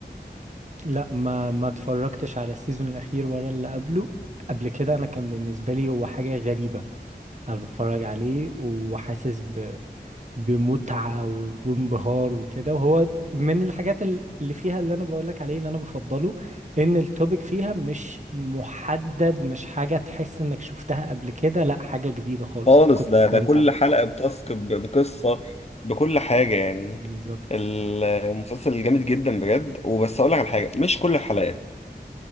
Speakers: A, on the right; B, on the left.
A: لا ما ما اتفرجتش على السيزون الأخير ولا اللي قبله قبل كده أنا كان بالنسبة لي هو حاجة غريبة انا بتفرج عليه وحاسس ب... بمتعة و... وانبهار وكده وهو من الحاجات ال- اللي فيها اللي انا بقولك عليه اللي انا بفضله ان التوبيك فيها مش محدد مش حاجة تحس انك شفتها قبل كده لا حاجة جديدة خالص
B: خالص
A: فانا كنت
B: ده
A: بستمتع
B: ده كل حلقه بتاسك ب- بقصه بكل حاجه يعني
A: بالظبط
B: المسلسل جامد جدا بجد وبس اقول لك على حاجه مش كل الحلقات